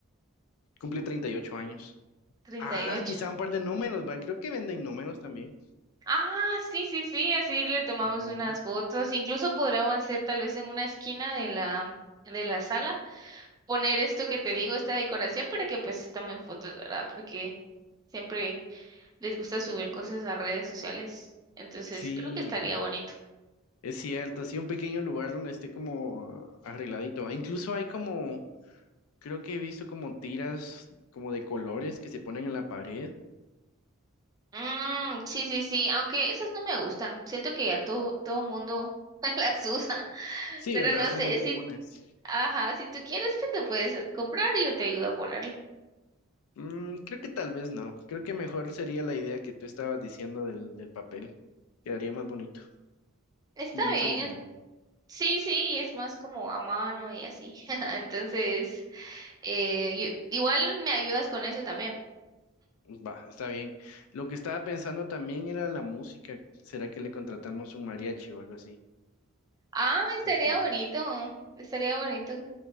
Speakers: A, on the left; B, on the right.
A: Cumple 38 años.
B: Treinta
A: Ah,
B: y ocho.
A: quizá un par de números, ¿va? Creo que venden números también.
B: Ah, sí, sí, sí, así le tomamos
A: Ujú.
B: unas fotos. Incluso podríamos hacer tal vez en una esquina de la de la sala poner esto que te digo, esta decoración para que pues se tomen fotos, ¿verdad? Porque siempre les gusta subir cosas a redes sociales, entonces
A: Sí,
B: creo que estaría bonito.
A: es cierto. Sí, un pequeño lugar donde esté como arregladito. E Incluso hay como, creo que he visto como tiras como de colores que se ponen en la pared.
B: Mm, sí, sí, sí, aunque esas no me gustan, siento que ya todo, todo mundo <laughs> las usa,
A: Sí,
B: pero
A: ¿verdad?
B: no
A: Son
B: sé
A: muy comunes.
B: si, ajá, si tú quieres, pues lo puedes comprar y yo te ayudo a ponerlo.
A: Mm, creo que tal vez no. Creo que mejor sería la idea que tú estabas diciendo del, del papel. Quedaría más bonito,
B: Está
A: como más
B: bien,
A: original.
B: sí, sí, es más como a mano y así, <laughs> entonces, eh, yo- igual me ayudas con eso también.
A: Va, está bien. Lo que estaba pensando también era la música. ¿Será que le contratamos un mariachi o algo así?
B: Ah, estaría
A: Pues fíjate.
B: bonito, estaría bonito.